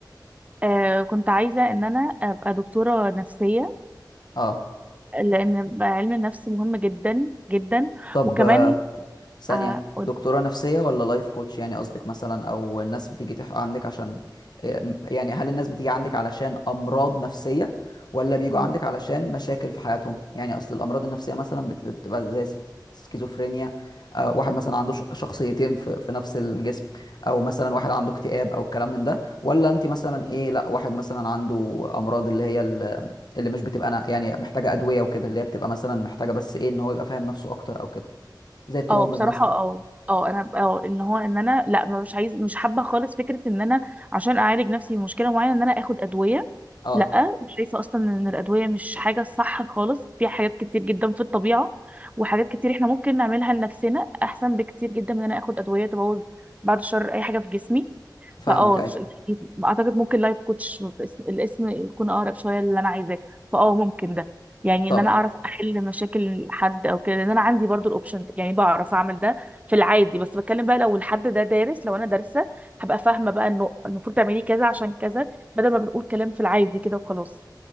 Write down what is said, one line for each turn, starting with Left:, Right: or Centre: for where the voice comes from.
Right: آه، كنت عايزه ان انا ابقى دكتوره نفسيه
Left: اه
Right: لان علم النفس مهم جدا جدا
Left: طب
Right: وكمان
Left: ثانية
Right: آه قولي-
Left: دكتورة نفسية ولا لايف كوتش يعني قصدك مثلا او الناس بتيجي تح... عندك عشان إيه، يعني هل الناس بتيجي عندك علشان امراض نفسية ولا بيجوا
Right: قولي.
Left: عندك علشان مشاكل في حياتهم يعني اصل الامراض النفسية مثلا بت- بتبقى زي س- سكيزوفرينيا آه، واحد مثلا عنده ش- شخصيتين في في نفس الجسم او مثلا واحد عنده اكتئاب او الكلام من ده ولا انت مثلا ايه لا واحد مثلا عنده امراض اللي هي ال- اللي مش بتبقى انا يعني محتاجة ادوية وكده اللي هي بتبقى مثلا محتاجة بس ايه ان هو يبقى فاهم نفسه اكتر او كده زي التروماز
Right: اه بصراحة
Left: مثلا
Right: اه اه انا اه ان هو ان انا لا مش عايز مش حابة خالص فكرة ان انا عشان اعالج نفسي من مشكلة معينة ان انا اخد ادوية
Left: اه
Right: لا شايفة اصلا ان الادوية مش حاجة صح خالص في حاجات كتير جدا في الطبيعة وحاجات كتير احنا ممكن نعملها لنفسنا احسن بكتير جدا من ان انا اخد ادوية تبوظ بعد الشر اي حاجة في جسمي
Left: فاهمك
Right: فاه
Left: ايوه
Right: ش- اعتقد ممكن لايف كوتش باسم- الاسم يكون اقرب شويه للي انا عايزاه فاه ممكن ده يعني
Left: طب
Right: ان انا اعرف احل مشاكل حد او كده لان انا عندي برضو الاوبشن ده، يعني بعرف اعمل ده في العادي بس بتكلم بقى لو الحد ده دارس لو انا دارسه هبقى فاهمه بقى انه المفروض تعملي كذا عشان كذا بدل ما بنقول كلام في العادي كده وخلاص